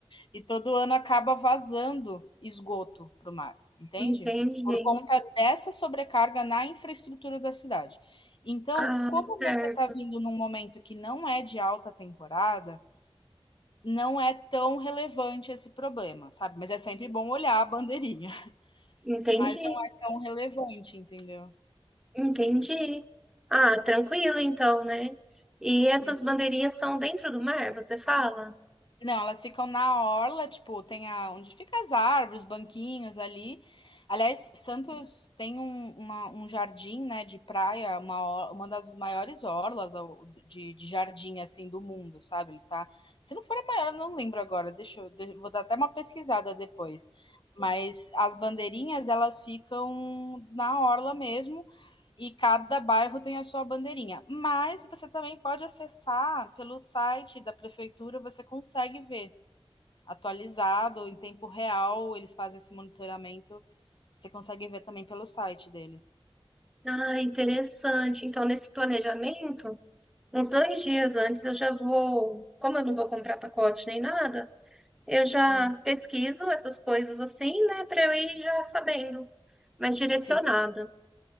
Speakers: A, on the left; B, in the centre.
A: e todo ano acaba vazando esgoto para o mar, entende?
B: Entendi.
A: Por conta dessa sobrecarga na infraestrutura da cidade. Então,
B: Ah,
A: como
B: certo.
A: você está vindo num momento que não é de alta temporada, não é tão relevante esse problema, sabe? Mas é sempre bom olhar a bandeirinha,
B: Entendi.
A: mas não é tão relevante, entendeu?
B: Entendi. Ah, tranquilo então, né? E essas
A: Sim.
B: bandeirinhas são dentro do mar, você fala?
A: Não, elas ficam na orla, tipo, tem a, onde fica as árvores, os banquinhos ali. Aliás, Santos tem um, uma- um jardim, né, de praia, uma, or- uma das maiores orlas ao- de, de jardim, assim, do mundo, sabe? Ele tá, se não for a maior, eu não lembro agora, deixa eu, de- vou dar até uma pesquisada depois. Mas as bandeirinhas, elas ficam na orla mesmo, e cada bairro tem a sua bandeirinha. Mas você também pode acessar pelo site da prefeitura, você consegue ver atualizado, em tempo real, eles fazem esse monitoramento. Você consegue ver também pelo site deles.
B: Ah, interessante. Então, nesse planejamento, uns dois dias antes eu já vou, como eu não vou comprar pacote nem nada, eu já
A: Sim,
B: pesquiso essas coisas assim, né, para eu ir já sabendo, mas direcionada.
A: sim.